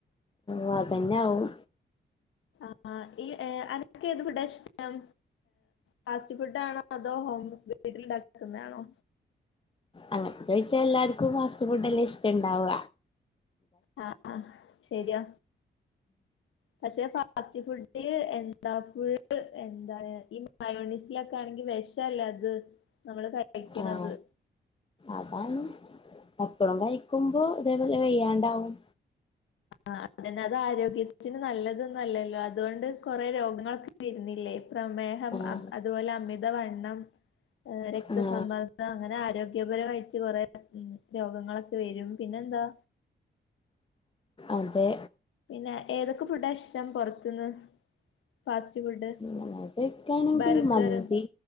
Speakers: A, on the left; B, on the left.
A: ഓ അതെന്നാവും.
B: ആ ഈ ഏ അൻ ക്കെത് ഫുഡാ ഇഷ്ടം? ഫാസ്റ്റ് ഫുഡാണോ അതോ ഹോം വീട്ടിലുണ്ടാക്കുന്നയാണോ?
A: അങ്ങനെ ചോയിച്ചാ എല്ലാര്ക്കും ഫാസ്റ്റ് ഫുഡ്ഡല്ലെ ഇഷ്ടണ്ടാവ.
B: ആ ആ ശെരിയാ. പക്ഷേ പാ ഫാസ്റ്റ് ഫുഡ് എന്താ ഫുൾ എന്താ ഈ മയോണൈസിലൊക്കെയാണെങ്കി വെഷല്ലെ? അത് നമ്മള് കഴിക്കണെത്.
A: ആ അതാണ് എപ്പളും കയിക്കുമ്പോ ഇതേപോലെ വെയ്യാണ്ടാവും.
B: ആഹ്.. അതെന്ന അതാരോഗ്യത്തിന് നല്ലതൊന്നല്ലല്ലോ. അതോണ്ട് കൊറെ രോഗങ്ങളൊക്കെ വരുന്നില്ലേ? പ്രമേഹം
A: ആ
B: അബ് അതുപോലെ അമിതവണ്ണം ഏ രക്തസമ്മർദ്ദം
A: ആ
B: അങ്ങനെ ആരോഗ്യ <unintelligible> കൊറെ ഉം രോഗങ്ങളൊക്കെ വരും. പിന്നെന്താ.
A: അതെ.
B: പിന്നെ ഏതൊക്കെ ഫുഡ്ഡാ ഇഷ്ടം പൊറത്ത്ന്ന്? Fast food.
A: അങ്ങനെ ചോദിക്കാണെങ്കിൽ
B: ബർഗറ്
A: മന്തി